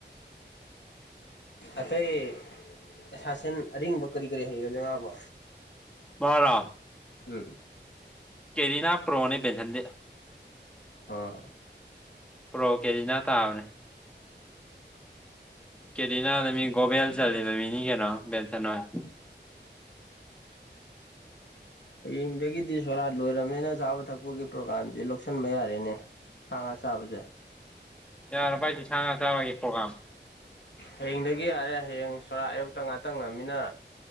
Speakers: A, on the left; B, in the centre.
A: ꯑꯇꯩ ꯁꯥ ꯁꯟ ꯑꯔꯤꯡꯕ ꯀꯔꯤ ꯀꯔꯤ ꯍꯩꯔꯒꯦ ꯃꯥꯕꯣ
B: ꯃꯥꯔꯥ
A: ꯎꯝ
B: ꯀꯦꯔꯤꯅ ꯄ꯭ꯔꯣꯅꯦ ꯦꯟꯁꯤꯟꯗꯦ
A: ꯑꯥ
B: ꯄ꯭ꯔꯣ ꯀꯦꯔꯤꯅꯥ ꯇꯥꯕꯅꯦ ꯀꯦꯗꯦꯅꯗ ꯃꯤ ꯒꯣꯕꯦꯜ ꯆꯂꯤ ꯃꯤꯅꯤ ꯀꯩꯅꯣ ꯕꯦꯟꯁꯥꯟ ꯍꯣꯢ
A: ꯍꯌꯦꯡꯗꯒꯤꯗꯤ ꯁꯣꯔꯥꯠ ꯂꯣꯏꯔꯕꯅꯤꯅ ꯆꯥꯕ ꯊꯛꯄꯒꯤ ꯄ꯭ꯔꯣꯒꯥꯝꯁꯦ ꯂꯧꯁꯤꯟꯕ ꯌꯥꯔꯦꯅꯦ ꯁꯥ ꯉꯥ ꯆꯥꯕꯁꯦ
B: ꯌꯥꯔꯕꯥ ꯍꯥꯏꯖꯦ ꯁꯥ ꯉꯥ ꯆꯕꯒꯤ ꯄ꯭ꯔꯣꯒ꯭ꯔꯝ
A: ꯍꯌꯦꯡꯗꯒꯤ ꯌꯥꯔꯦ ꯍꯌꯦꯡ ꯁꯣꯔꯥꯛ ꯑꯌꯨꯛꯇ ꯉꯥꯛꯇꯪ ꯉꯝꯅꯤꯅ